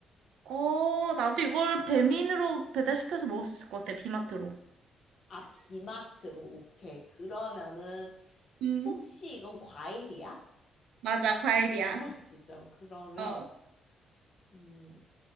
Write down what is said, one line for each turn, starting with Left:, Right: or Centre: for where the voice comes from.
Right: 어, 나도 이걸 배민으로 배달시켜서 먹을 수 있을 것 같아, 비마트로.
Left: 아, 비마트로. 오케이. 그러면은,
Right: 음.
Left: 혹시 이건 과일이야?
Right: 맞아, 과일이야.
Left: 어, <laughs> 진짜. 그러면,
Right: 어.
Left: 음,